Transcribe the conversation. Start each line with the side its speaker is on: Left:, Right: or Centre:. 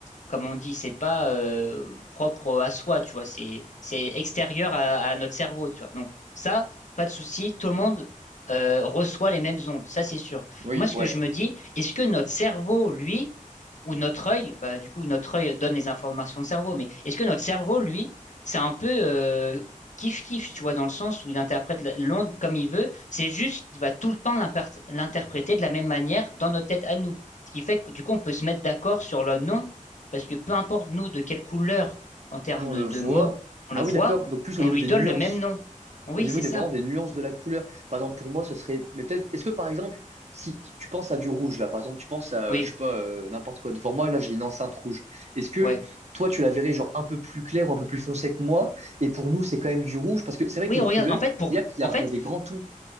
Left: comme on dit, c'est pas euh, propre à soi. Tu vois, c'est c'est extérieur à, à notre cerveau. Tu vois. Donc ça, pas de souci. Tout le monde euh, reçoit les mêmes ondes. Ça, c'est sûr.
Right: Oui,
Left: Moi, ce
Right: ouais.
Left: que je me dis, est-ce que notre cerveau, lui, ou notre œil, bah, du coup, notre œil donne les informations au cerveau. Mais est-ce que notre cerveau, lui, c'est un peu euh, kiff-kiff, tu vois, dans le sens où il interprète la- l'onde comme il veut, c'est juste qu'il va tout le temps l'imper- l'interpréter de la même manière dans notre tête à nous. Ce qui fait que, du coup, on peut se mettre d'accord sur le nom, parce que peu importe nous de quelle couleur, en termes
Right: Ah, on
Left: de,
Right: le voit.
Left: de mots, on
Right: Ah
Left: le voit,
Right: oui, d'accord. Donc plus
Left: on
Right: au niveau
Left: lui
Right: des
Left: donne
Right: nuances.
Left: le même nom. Oui,
Right: Au niveau
Left: c'est
Right: des
Left: ça.
Right: vraiment des nuances de la couleur. Par exemple, pour moi, ce serait. Mais peut-être. Est-ce que par exemple, si tu penses à du rouge, là, par exemple, tu penses à,
Left: Oui,
Right: je sais pas, euh, n'importe quoi devant moi, là, j'ai une enceinte rouge. Est-ce que
Left: ouais.
Right: toi, tu la verrais genre un peu plus claire ou un peu plus foncée que moi? Et pour nous, c'est quand même du rouge, parce que c'est vrai
Left: Oui,
Right: que les
Left: regarde,
Right: couleurs,
Left: en fait, pour,
Right: il y a, il
Left: en
Right: y a,
Left: fait,
Right: il y a des grands tons.